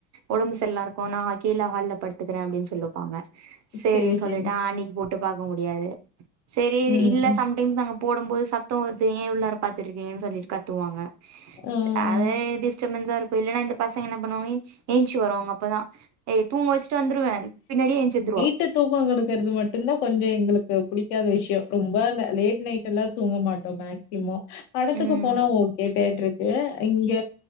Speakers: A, on the right (about 40°); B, on the left (about 75°).
A: ஒடம்பு செல்லா இருக்கு நா அ கீழ ஹால்ல படுத்துக்கிறே அப்டின்னு சொல்லுப்பாங்க சேரினு
B: சரி, சரி.
A: அ அன்னைக்கு போட்டு பாக்க முடியாது செரி
B: ம்,
A: இல்ல
B: ம்.
A: சம்டைம் நாங்க போடு போது சத்தோ வருது ஏ இவ்ளோ நேரோ பாத்துட்டு ருக்கேன்னு சொல்லிட்டு கத்துவாங்க
B: ஆ.
A: செ அதே டிஸ்டு டிஸ்டபென்சு இருக்கு இல்லன்னா இந்த பசங்கே என்ன பண்ணு வாங்கே ஏஞ்ச்சு வருவாங்க அப்பதா ஏய் தூங்க வச்சுட்டு வந்துருவே பின்னாடியே ஏஞ்ச்சு வந்துருவா
B: ட்டு தூக்க குடுக்கிறது மட்டுதா கொஞ்ச எங்களுக்கு புடிக்காத விஷ்யோ ரொம்ப ல லேட் நைட் எல்லா தூங்க மாட்டோ மேக்சிமோ படத்துக்கு
A: ம்
B: போனா ஓகே தேட்ட ருக்கு இங்க